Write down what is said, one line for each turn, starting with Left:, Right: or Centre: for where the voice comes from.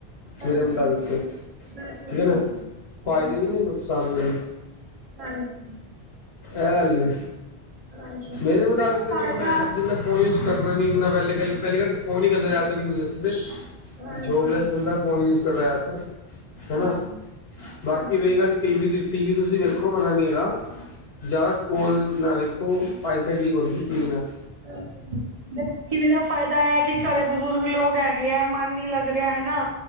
Right: ਹਾਂਜੀ
Left: ਮੇਰੇ ਮੁਤਾਬਿਕ ਤੇ ਠੀਕ
Right: ਬਿਲਕੁਲ ਬਿਲਕੁਲ
Left: ਐ ਨਾ ਫ਼ਾਇਦੇ
Right: ਜੀ
Left: ਵੀ
Right: ਜੀ
Left: ਨੇ ਨੁਕਸਾਨ ਵੀ ਨੇ
Right: ਹਾਂਜੀ
Left: ਐਹ ਗੱਲ ਐ
Right: ਹਾਂਜੀ
Left: ਮੇਰੇ ਮੁਤਾਬਿਕ ਤੇ
Right: ਫਾਇਦਾ
Left: ਦੇਖੋ ਮੈਂ ਜਿੰਨਾ ਫੋਨ ਯੂਜ ਕਰਨਾ ਨੀ ਇੰਨਾ ਪਹਿਲੇ ਗ ਪਹਿਲੀ ਗੱਲ ਤੇ ਫੋਨ ਹੀ ਕਰਨਾ ਜ਼ਿਆਦਾਤਰ ਯੂਜ
Right: ਹਾਂਜੀ
Left: ਜੋਬਲੈਸ ਬੰਦਾ ਫੋਨ ਯੂਜ ਕਰ ਰਿਹਾ ਜਿਆਦਾਤਰ ਹਨਾ
Right: ਹਾਂਜੀ
Left: ਬਾਕੀ
Right: ਹਾਂਜੀ
Left: ਰਹੀ ਗੱਲ ਟੀ ਵੀ ਦੀ ਟੀ ਵੀ ਤੁਸੀਂ ਵੇਖੋ ਮੰਨਾ ਨੀ ਹੈਗਾ ਜ਼ਿਆਦਾ ਕੋਲ ਨਾ ਵੇਖੋ ਆਈਸਾਈਟ ਵੀਕ ਹੁੰਦੀ ਟੀ ਵੀ ਨਾਲ
Right: ਬਿਲਕੁਲ ਦੇਖੋ ਟੀ ਵੀ ਦਾ ਫਾਇਦਾ ਐ ਕਿ ਘਰੇ ਬਜ਼ੁਰਗ ਲੋਕ ਹੈਗੇ ਗਿਆ ਮਨ ਨੀ ਲੱਗ ਰਿਹਾ ਹੈਨਾ